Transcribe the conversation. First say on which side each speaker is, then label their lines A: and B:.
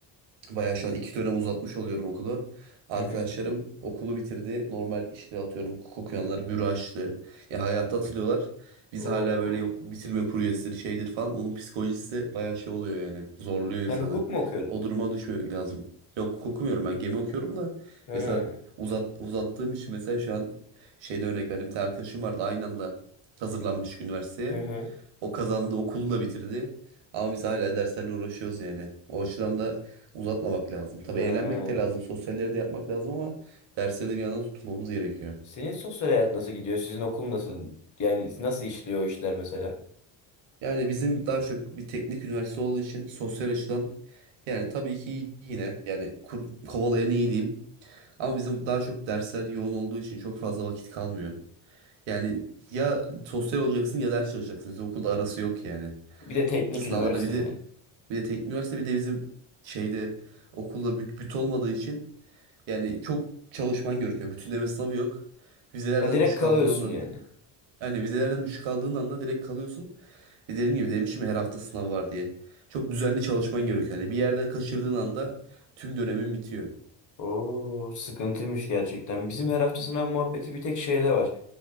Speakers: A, on the right (about 65°); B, on the left (about 40°).
A: Bayağı şu an iki dönem uzatmış oluyorum okulu. Arkadaşlarım
B: Hı hı.
A: okulu bitirdi. Normal işte atıyorum hukuk okuyanlar büro açtı. Ya hayata atılıyorlar. Biz
B: Oo.
A: hala böyle yok bitirme projesidir şeydir falan. Onun psikolojisi de bayağı şey oluyor yani. Zorluyor insanı.
B: Sen hukuk mu okuyordun?
A: O duruma düşmemek lazım. Yok hukuk okumuyorum ben gemi okuyorum da.
B: Hı
A: Mesela uzat, uzattığım için mesela şu an şeyde örnek verdim. Bir tane arkadaşım vardı aynı anda hazırlanmış üniversiteye.
B: hı. hı.
A: O kazandı, okulu da bitirdi. Ama biz hala derslerle uğraşıyoruz yani. O açıdan da uzatmamak lazım. Tabii
B: Ha.
A: eğlenmek de lazım, sosyalleri de yapmak lazım ama dersleri de bir yandan tutmamız gerekiyor.
B: Senin sosyal hayat nasıl gidiyor? Sizin okul nasıl? Yani nasıl işliyor o işler mesela?
A: Yani bizim daha çok bir teknik üniversite olduğu için sosyal açıdan yani tabii ki yine yani kur, kovalayan iyi diyeyim. Ama bizim daha çok dersler yoğun olduğu için çok fazla vakit kalmıyor. Yani ya sosyal olacaksın ya ders çalışacaksın. Bizim okulda arası yok yani.
B: Bir de teknik
A: Sınavlarda
B: üniversite
A: bir de
B: yani.
A: bir de teknik üniversite bir de bizim şeyde okulda büt, büt olmadığı için yani çok çalışman gerekiyor. Bütünleme sınavı yok. Vizelerden
B: Ya direkt
A: düşük
B: kalıyorsun
A: aldığın anda
B: yani.
A: yani vizelerden düşük aldığın anda direkt kalıyorsun. Ve dediğim gibi demişim ya her hafta sınav var diye. Çok düzenli çalışman gerekiyor. Yani bir yerden kaçırdığın anda tüm dönemin bitiyor.
B: Oo, sıkıntıymış gerçekten. Bizim her hafta sınav muhabbeti bir tek şeyde var.